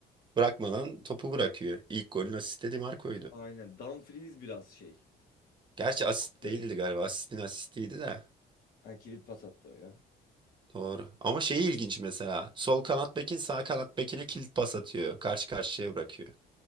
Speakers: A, on the right; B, on the left.
A: bırakmadan topu bırakıyor. İlk golün asisti Di Marco'ydu.
B: aynen Dumfries biraz şey.
A: Gerçi asist
B: Evet.
A: değildi galiba. Asistin asistiydi de.
B: Yani kilit pas attı o ya.
A: Doğru. Ama şeyi ilginç mesela. Sol kanat bekin sağ kanat bekine kilit pas atıyor. Karşı karşıya bırakıyor.